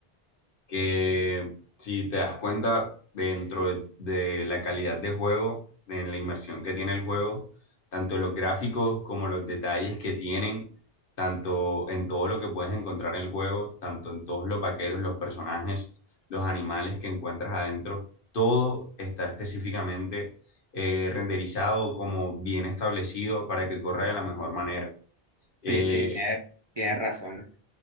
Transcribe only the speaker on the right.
Sí,
sí, tienes, tienes razón.